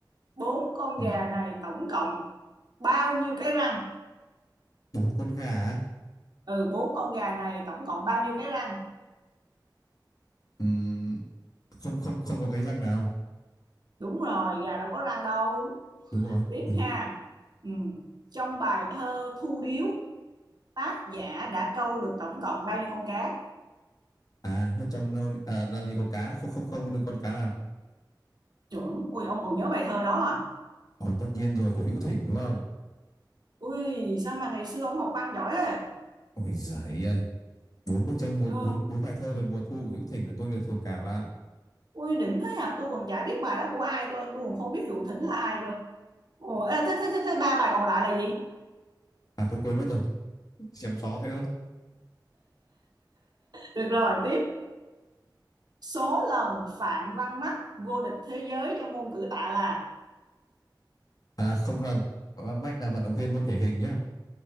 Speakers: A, on the right; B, on the left.
A: bốn con
B: Ừ.
A: gà này tổng cộng bao nhiêu cái răng
B: Bốn con gà á.
A: ừ bốn con gà này tổng cộng bao nhiêu cái răng
B: Ừm, không không không có cái răng nào.
A: đúng rồi gà đâu có răng đâu
B: Đúng rồi.
A: tiếp
B: Ừ.
A: ha ừ. trong bài thơ Thu Điếu tác giả đã câu được tổng cộng bao nhiêu con cá
B: À, nước trong nâu à, làm gì có cá, không không không được con cá nào.
A: trưởng ui ông còn nhớ bài thơ đó à
B: Ồ, tất nhiên rồi của Hữu Thỉnh đúng không?
A: ui sao mà ngày xưa ông học văn giỏi à
B: Ôi giời ơi. Bốn bức tranh mùa
A: ừ.
B: bốn bốn bài thơ về mùa thu của Hữu Thỉnh là tôi đều thuộc cả và
A: ui đỉnh thế à tôi còn chả biết bài đó của ai cơ tôi còn không biết Hữu Thỉnh là ai cơ Ồ, thế, thế, thế, thế ba bài còn lại là gì
B: à tôi quên mất rồi. Chém gió thế thôi.
A: được rồi tiếp số lần Phạm Văn Mắc vô địch thế giới trong môn cử tạ là
B: À không lần. Và Mách là vận động viên môn thể hình nhá.